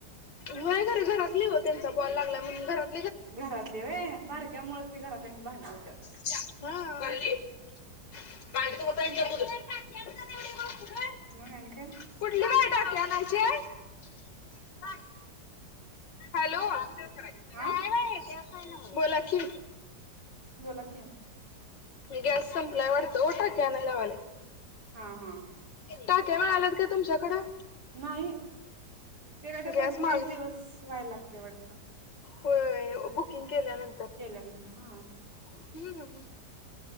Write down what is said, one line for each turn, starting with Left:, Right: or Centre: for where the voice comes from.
Left: होय खर घरातली ओ त्यांच्या बॉल लागला म्हणून घरात
Right: घरातली होय बारक्या मुळ ती घरातल्यांची भांडण होत्यात
Left: हा भरली <unintelligible> वता ह्यांच्या दुध टाकल्या म्हणून एवढी बोलतुस व्हय
Right: मग आणि काय
Left: कुठली बाई टाकी आणयची हाय हॅलो नाही
Right: हा
Left: बाई देत नाही नव्ह बोला की
Right: बोला की
Left: गॅस संपलाय वाडत ओ टाकी आणाय लावाल्या
Right: हा हा
Left: टाक्या मिळाल्यात काय तुमच्याकडं
Right: नाही ते काय ते
Left: गॅस
Right: पंचेचाळीस
Left: माग
Right: दिवस व्हायला लागतय वाडत
Left: होय बुकिंग केल्यानंतर
Right: केल्या नंतर हां
Left: हम-हम